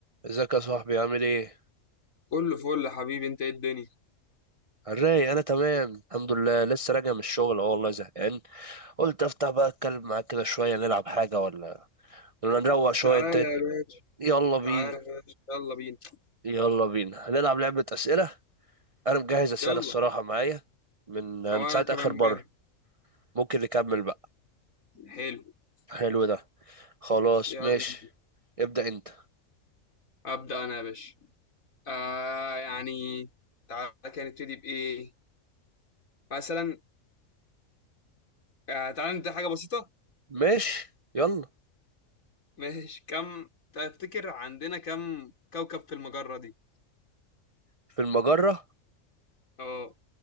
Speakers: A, on the right (about 50°); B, on the left (about 85°).
A: ازيك يا صاحبي عامل ايه؟
B: كله فل يا حبيبي انت ايه الدنيا
A: الراي انا تمام الحمد لله لسه راجع من الشغل اه والله زهقان قلت افتح بقى اتكلم معاك كده شويه نلعب حاجه ولا ولا نروق شويه
B: تعالى
A: انت
B: يا باشا
A: يلا بينا
B: تعالى يا باشا يلا بينا
A: يلا بينا هنلعب لعبه اسئله انا مجهز اسئله
B: يلا
A: الصراحه معايا من من
B: هو
A: ساعه
B: انا كمان
A: اخر
B: مجهز
A: بره ممكن نكمل بقى
B: حلو
A: حلو ده خلاص
B: يلا
A: ماشي
B: بينا.
A: ابدا انت
B: ابدا انا يا باشا آه يعني تعالى كده نبتدي بايه مثلا آه تعالى نبدا حاجه بسيطه
A: ماشي يلا
B: <laughs> ماشي كم تفتكر عندنا كم كوكب في المجره دي
A: في المجره
B: اه